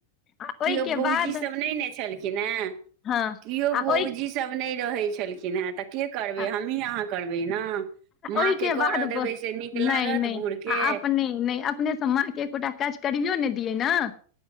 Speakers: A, on the left (about 30°); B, on the right (about 40°).
A: आ
B: किओ
A: ओहिके
B: भौजी
A: बाद
B: सब नहि ने छलखिन हेँ
A: हँ
B: किओ
A: आ
B: भौजी
A: ओहि
B: सभ नहि रहै छलखिन हेँ तऽ के करबै
A: आ
B: हमही अहाँ करबै नऽ माँके
A: ओहिके
B: करऽ
A: बाद
B: देबै से नीक लागत
A: नहि
B: बूढ़के
A: आ अपने नहि नहि अपनेसँ माँ के एकोटा काज करियो नऽ दियै नऽ